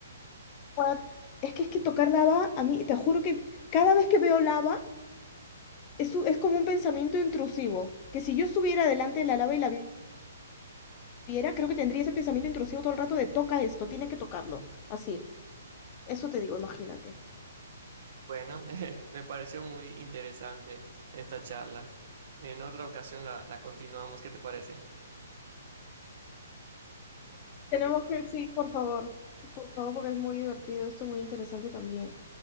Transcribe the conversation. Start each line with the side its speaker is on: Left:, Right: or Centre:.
Left: pueda. Es que es que tocar lava, a mí, te juro que cada vez que veo lava, es, u- es como un pensamiento intrusivo. Que si yo estuviera delante de la lava y la vi- viera, creo que tendría ese pensamiento intrusivo todo el rato de toca esto, tiene que tocarlo. Así. Eso te digo, imagínate.
Right: Bueno, <laughs> me pareció muy interesante esta charla. En otra ocasión la, la continuamos, ¿qué te parece?
Left: Tenemos que, sí, por favor, por favor, porque es muy divertido, esto es muy interesante también.